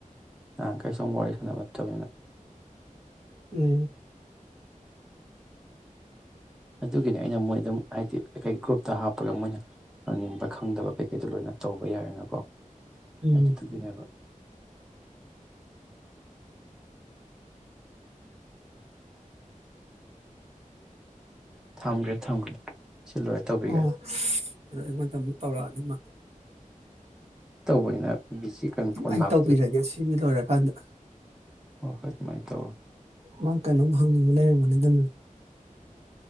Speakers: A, in the centre; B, on the right.
A: ꯑ ꯀꯩ ꯁ ꯋꯥꯔꯤ ꯁꯥꯟꯅꯕ ꯅꯠꯇꯕꯅꯤꯅ
B: ꯎꯝ
A: ꯑꯗꯨꯒꯤꯅꯤ ꯑꯩꯅ ꯃꯣꯏ ꯑꯗꯨꯝ ꯍꯥꯏꯗꯤ ꯀꯩ ꯒ꯭ꯔꯨꯞ ꯇ ꯍꯥꯞꯄꯒ ꯃꯣꯏꯅ ꯍꯪꯅꯤꯡꯕ ꯈꯪꯗꯕ ꯀꯩꯀꯩꯗꯣ ꯂꯣꯏꯅ ꯇꯧꯕ ꯇꯧꯕ ꯌꯥꯔꯦꯅꯀꯣ
B: ꯎꯝ
A: ꯑꯗꯨꯗꯨꯒꯤꯅꯦꯕ ꯊꯝꯒ꯭ꯔꯦ ꯊꯝꯒ꯭ꯔꯦ ꯁꯤ ꯂꯣꯏꯔ ꯇꯧꯕꯤꯒꯦ
B: ꯑꯣ ꯑꯗꯨ ꯑꯩꯉꯣꯟꯗ ꯑꯃꯨꯛ ꯇꯧꯔꯛꯑꯅꯤ ꯃꯥ
A: ꯇꯧꯕꯅꯤꯅ ꯕꯤꯖꯤ ꯀꯩꯅꯣ ꯐꯣꯟ
B: ꯑꯩ
A: ꯂꯥꯛꯄꯗ
B: ꯇꯧꯕꯤꯔꯒꯦ ꯁꯤꯒꯤ ꯂꯣꯏꯔꯀꯥꯟꯗ
A: ꯍ ꯍꯣꯏ ꯑꯗꯨꯃꯥꯏꯅ ꯇꯧꯔꯣ
B: ꯃꯥ ꯀꯩꯅꯣꯝ ꯍꯪꯅꯤꯡꯕ ꯂꯩꯔꯝꯒꯅꯤꯗꯅ